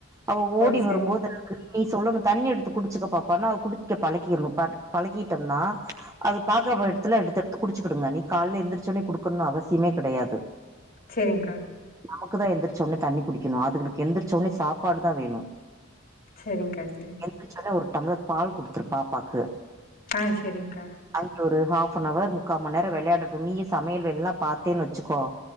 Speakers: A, on the right (about 15°); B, on the left (about 45°).
A: அவ ஓடி
B: ஓ சரி
A: வரும்போது எனக்கு நீ சொல்லணு தண்ணி எடுத்து குடிச்சுக்க பாப்பான்னா அவ குடிக்க பழக்கிறணு ப பழக்கிட்டம்னா அது பாக்கற
B: ம்
A: எடத்துல எடுத்தெடுத்து குடிச்சுக்கிடுங்க நீ கால்ல எந்திரச்சசோட்னே குடுக்கணுன்னு அவசியமே கிடையாது
B: சேரிங்க்கா
A: நமக்கு தா எந்திரிச்சசோட்னே தண்ணி குடிக்கணு அதுங்களுக்கு எந்திரச்சசோட்னே சாப்பாடு தா வேணு
B: சேரி்ங்க்கா சரி
A: எந்திரச்சசோட்னே ஒரு டம்ளர் பால் குடுத்துரு பாப்பாக்கு
B: அ சேரிங்க்கா
A: அதுங்க ஒரு ஹாஃப்ன ஹவர் முக்கா மண்நேர வெளையாடட்டு நீயு சமையல் வேலைல்லா பாத்தேன்னு வச்சுக்கோ